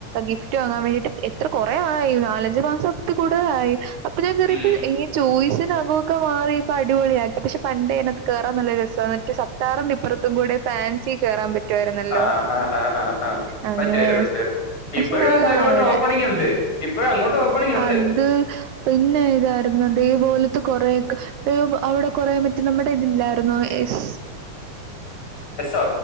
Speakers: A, on the right (about 70°); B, on the left (about 35°).
A: ഗിഫ്റ്റ് വാങ്ങാൻ വേണ്ടിട്ട് എത്ര കൊറേ ആയി നാലഞ്ചുമാസക്കെ കൂടുതലായി. ഇപ്പ ഞാൻ കേറിയപ്പം
B: ഉം
A: ഏയ് ചോയ്സ്. അതിനാക ഒക്കെ മാറി ഇപ്പാ അടിപൊളിയാക്കി പക്ഷെ പണ്ടേ ആയിനകത്തു കേറാൻ നല്ല രസം ആണ് എനക്ക് സത്താറിന്റെഇപ്പറത്തുംക്കൂടെ. ഫാൻസി കേറാൻ പ റ്റു ആയിരുന്നല്ലേ
B: ആ ആ ആ ആ ആ
A: അങ്ങനെ
B: പറ്റുമായിരുന്നു പറ്റുമായിരുന്നു
A: പക്ഷെ
B: ഇപ്പോഴും
A: നല്ലതാ
B: ആ സൈഡിലോട്ട്
A: അവിടെ.
B: ഓപ്പണിംഗ് ഉണ്ട് ഇപ്പോഴും അങ്ങോട്ട് ഓപ്പണിംഗ് ഉണ്ട്
A: അത്. പിന്നെ ഇതായിരുന്ന് അതേപോലത്തെ കൊറെയൊക്കെ അയ്യോ അവിടെ കൊറേ മറ്റ നമ്മുടെ ഇതില്ലായിരുന്നോ ഏ സ്സ്
B: എസോ.